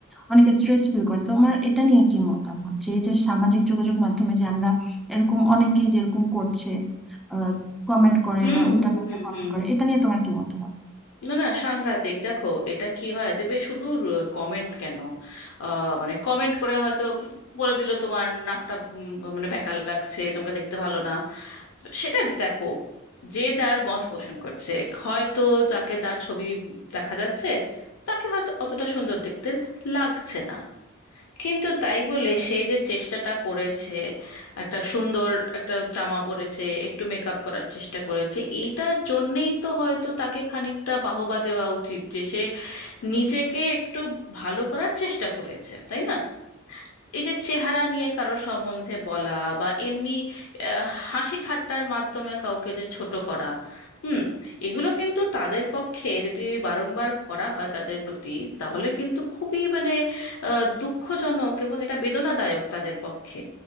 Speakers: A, in the centre; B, on the left.
A: অনেকে স্ট্রেস ফিল করে তোমার এটা নিয়ে কি মতামত যে এই যে সামাজিক যোগাযোগ মাধ্যমে যে আমরা এরকম অনেকেই যেরকম করছে আহ কমেন্ট করে
B: হুম
A: বা উল্টাপাল্টা
B: হুম হুম
A: কমেন্ট
B: হুম
A: করে এটা নিয়ে তোমার কি মতামত
B: না না সাংঘাতিক দেখো এটা কি হয় দেখবে শুধু কমেন্ট কেন আহ, মানে কমেন্ট করে হয়তো বলে দিল তোমার নাকটা উম, মানে বেঁকা লাগছে তোমাকে দেখতে ভালো না সেটা দেখো যে যার মত পোষণ করছে হয়তো যাকে যার ছবি দেখা যাচ্ছে তাকে হয়তো অতটা সুন্দর দেখতে লাগছে না কিন্তু তাই বলে সে যে চেষ্টাটা করেছে একটা সুন্দর একটা জামা পরেছে একটু মেকআপ করার চেষ্টা করেছে এইটার জন্যেই তো হয়তো তাকে খানিকটা বাহবা দেওয়া উচিত যে সে নিজেকে একটু ভালো করার চেষ্টা করেছে তাই না এই যে চেহারা নিয়ে কারো সম্বন্ধে বলা বা এমনি আহ, হাসি ঠাট্টার মাধ্যমে কাউকে যে ছোট করা হুম এগুলো কিন্তু তাদের পক্ষে যদি বারংবার করা হয় তাদের প্রতি তাহলে কিন্তু খুবই মানে আহ, দুঃখজনক এবং এটা বেদনাদায়ক তাদের পক্ষে